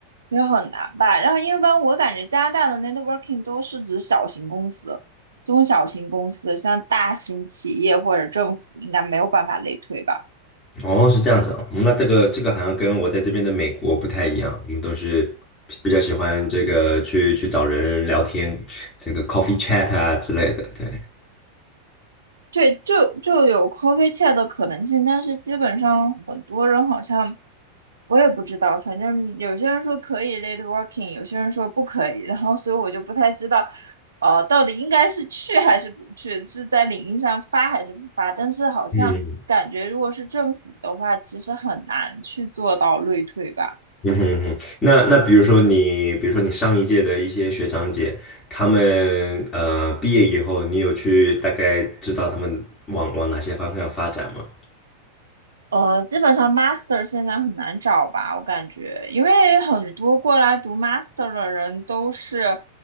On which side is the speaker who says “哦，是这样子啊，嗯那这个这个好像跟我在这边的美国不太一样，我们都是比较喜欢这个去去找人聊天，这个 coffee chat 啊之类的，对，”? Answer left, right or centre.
Left